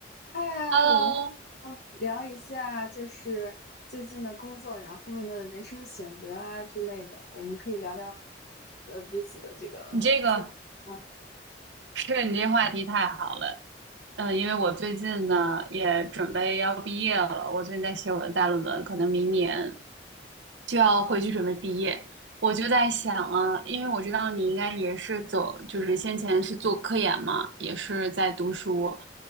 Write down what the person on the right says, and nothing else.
Hello，
你这个是你这话题太好了。嗯，因为我最近呢也准备要毕业了，我最近在写我的大论文，可能明年。就要回去准备毕业。我就在想啊，因为我知道你应该也是走，就是先前是做科研嘛，也是在读书。